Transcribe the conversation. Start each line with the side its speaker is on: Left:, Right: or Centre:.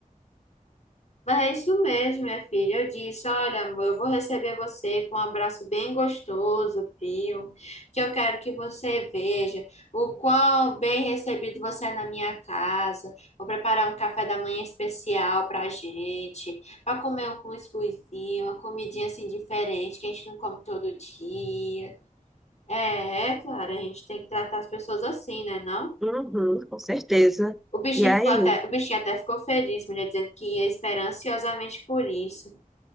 Left: Mas é isso mesmo, minha filha. Eu disse: olha, amor, eu vou receber você com um abraço bem gostoso, viu? Que eu quero que você veja o quão bem recebido você é na minha casa. Vou preparar um café da manhã especial pra gente, pra comer um cuscuzinho, uma comidinha assim diferente, que a gente não come todo dia. É, é claro, a gente tem que tratar as pessoas assim, né, não?
Centre: Uhum, com certeza.
Left: O bichinho
Centre: E aí,
Left: ficou até, o bichinho até ficou feliz, mulher, dizendo que ia esperar ansiosamente por isso.